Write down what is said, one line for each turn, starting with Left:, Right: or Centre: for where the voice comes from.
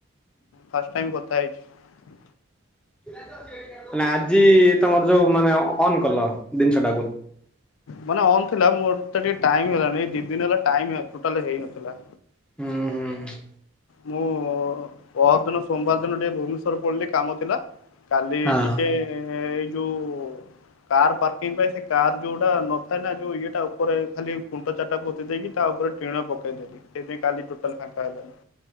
Left: ଫାଷ୍ଟ ଟାଇମ୍ କଥା ହେଇଛି।
Centre: <unintelligible> ନା ଆଜି ତମର୍ ଯୋଉ ମାନେ ଅନ୍ କଲ ଦିନ୍ଷଟାକୁ
Left: ମାନେ ଅନ୍ ଥିଲା ମୋର ତ ଟିକେ ଟାଇମ ହେଲାଣି ଏ ଦି ଦିନ ହେଲା ଟାଇମ୍ ଟୋଟାଲ ହେଇନଥିଲା।
Centre: ହୁଁ ହୁଁ।
Left: ମୁଁ ପହର ଦିନ ସୋମବାର ଦିନ ଟିକେ ଭୁବନେଶ୍ଵର ପଳେଇଲି ଟିକେ କାମ ଥିଲା। କାଲି
Centre: ହଁ।
Left: ଟିକେ ଏଇ ଯୋଉ କାର ପାର୍କିଂ ପାଇଁ ସେ କାର ଯୋଉଟା ନଥାଏ ନା ଯୋଉ ଇଏଟା ଉପରେ ଖାଲି କୁଣ୍ଟ ଚାରିଟା ପୋତି ଦେଇକି ତା ଉପରେ ଟିଣ ପକେଇଦଲି ସେଥିପାଇଁ କାଲି ଟୋଟାଲ ଫାଙ୍କା ହେଲାନି।